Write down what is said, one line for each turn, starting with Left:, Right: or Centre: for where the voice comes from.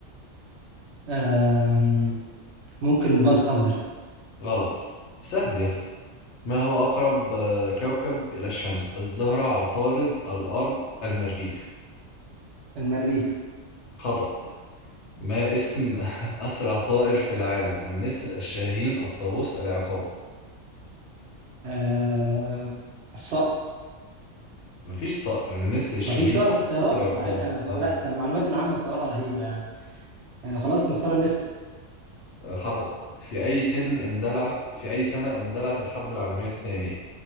Right: أم... ممكن باز ألدر
Left: غلط. سهل يا اسطى. ما هو أقرب آه، كوكب إلى الشمس؟ الزهرة، عطارد، الأرض، المريخ.
Right: المريخ
Left: خطأ. ما اسم <laughs> أسرع طائر في العالم؟ النسر، الشاهين، الطاووس، العقاب.
Right: أم... الصقر
Left: مفيش صقر النسر الشاهين
Right: مفيش صقر في الخيارات
Left: قابوس العقاب
Right: معلش أنا استرحت
Left: آه.
Right: أنا معلوماتي العامة صراحة رهيبة يعني أه خلاص نختار الناس
Left: آه، خطأ في أي سن اندلعت في أي سنة اندلعت الحرب العالمية الثانية